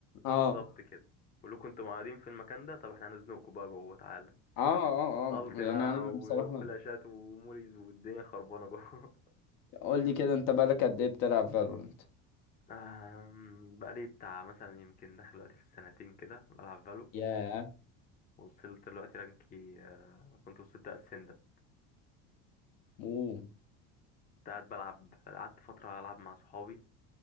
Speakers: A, on the left (about 65°); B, on the left (about 25°).
A: اه
B: بالظبط كده كلكم انتوا قاعدين في المكان ده طب احنا هنزنقكم بقى جوه تعالى
A: اه اه اه
B: الت بقى
A: يعني انا
B: وفلاشات
A: بصراحه
B: وموليز والدنيا خربانه جوه
A: قول لي كده انت بقالك قد ايه بتلعب فالورنت
B: <laughs> آم، بقالي بتاع مثلا يمكن داخل دلوقتي في السنتين كده بلعب فالو
A: ياه
B: وصلت دلوقتي رانكي آه، كنت وصلت اسندم
A: اوه
B: كنت قاعد بلعب قعدت فترة ألعب مع صحابي